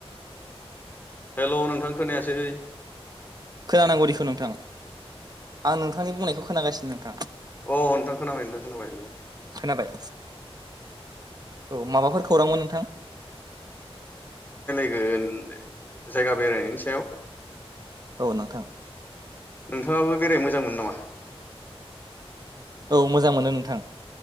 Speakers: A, on the left; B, on the right.
A: हेल' नोंथां खोनायासै।
B: खोनानांगौ दिखौ नोंथां आं नोंथांनि बुंनाय। खौ खोनागासिनो नोंथां।
A: अ नोंथां खोनाबाय नोंथां खोनाबायल'।
B: खोनाबाय औ माबाफोर खौरांमोन नोंथां?
A: ओ जायगा बेरायनायनि सायाव।
B: औ नोंथां।
A: नोंथाङाबो बेरायनो मोजांमोनो नामा?
B: औ मोजां मोनो नोंथां